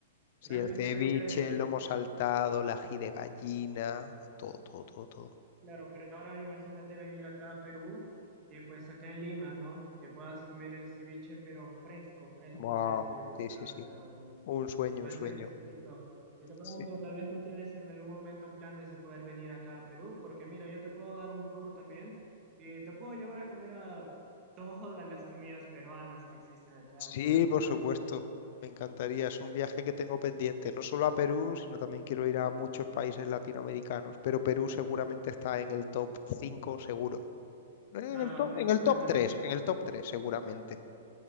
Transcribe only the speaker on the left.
Sí,
el ceviche,
el lomo saltado, el ají de gallina, todo, todo, todo, todo.
Buah,
Sí, sí, sí.
Un sueño,
un sueño.
Sí.
Sí,
por
supuesto. Me encantaría. Es un viaje que tengo pendiente, no solo a Perú, sino también quiero ir a muchos países latinoamericanos, pero Perú seguramente está en el top 5, seguro. En
el top,
en el
top 3,
en el top 3, seguramente.